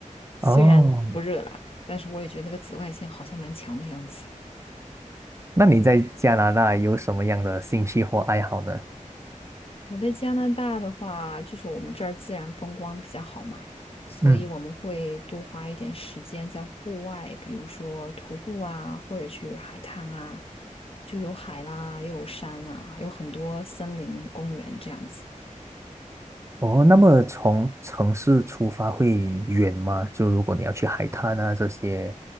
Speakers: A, on the left; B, on the right.
A: 虽然不热啦，
B: 哦，
A: 但是我也觉得那个紫外线好像蛮强的样子。
B: 那你在加拿大有什么样的兴趣或爱好呢？
A: 我在加拿大的话，就是我们这儿自然风光比较好嘛，所以我们会多花一点时间在户外，
B: 嗯。
A: 比如说徒步啊，或者去海滩啊，就有海啦，又有山啦，还有很多森林公园这样子，
B: 哦，那么从城市出发会远吗？就如果你要去海滩啊这些